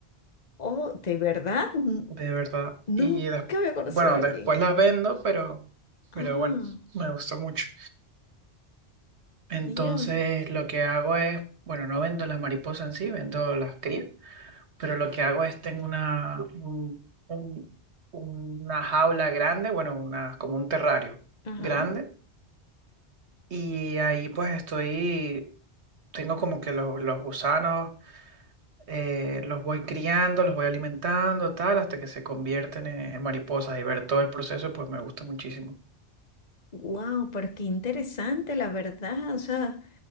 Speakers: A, on the left; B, on the right.
A: Oh, de verdad, N-
B: de verdad.
A: nunca
B: Y des-
A: había conocido
B: bueno,
A: a alguien.
B: después
A: aquí.
B: las vendo, pero,
A: Ah,
B: pero bueno, me gusta mucho. Entonces,
A: Dios.
B: lo que hago es, bueno, no vendo las mariposas en sí, vendo las crías, pero lo que hago es tengo una, un- un- una jaula grande, bueno, una, como un terrario
A: Ajá.
B: grande Y ahí pues estoy, tengo como que los, los gusanos, eh, los voy criando, los voy alimentando, tal, hasta que se convierten en, en mariposas y ver todo el proceso pues me gusta muchísimo.
A: Wow, pero qué interesante, la verdad. O sea,